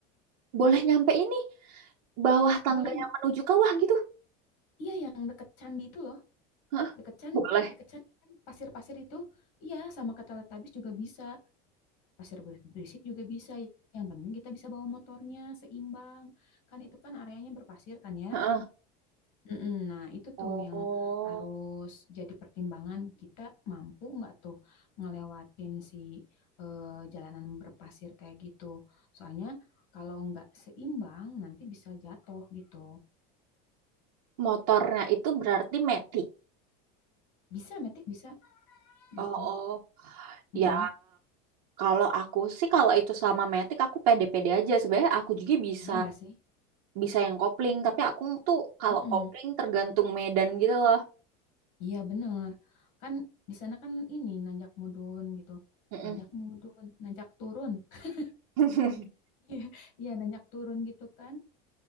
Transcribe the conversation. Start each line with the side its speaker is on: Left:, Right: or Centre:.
Right: Boleh nyampe ini bawah tangga
Left: Boleh.
Right: yang menuju kawah gitu?
Left: Iya, yang deket candi itu loh.
Right: Hah?
Left: Deket candi,
Right: Boleh.
Left: deket candi kan pasir-pasir itu. Iya, sama ke Teletubbies juga bisa. Pasir berisik juga bisa. Yang penting kita bisa bawa motornya seimbang. Kan itu kan areanya berpasir kan ya.
Right: Heeh.
Left: Mm-mm. Nah, itu
Right: Oh,
Left: tuh yang harus jadi pertimbangan kita mampu nggak tuh ngelewatin si eh, jalanan berpasir kayak gitu. Soalnya kalau nggak seimbang nanti bisa jatuh gitu.
Right: motornya itu berarti metik.
Left: Bisa, metik bisa
Right: Oh,
Left: gitu.
Right: oh. Ya,
Left: Mm-mm.
Right: kalau aku sih kalau itu sama metik aku pede-pede aja. Sebenarnya aku juga bisa
Left: Ya nggak sih?
Right: bisa yang kopling, tapi aku tuh kalau
Left: Mm-mm.
Right: kopling tergantung medan gitu loh.
Left: Iya bener. Kan di sana kan ini nanjak mudun gitu.
Right: Mm-mm.
Left: Nanjak mudun, nanjak turun. <laughs>
Right: <laughs>
Left: Iya, iya, nanjak turun gitu kan.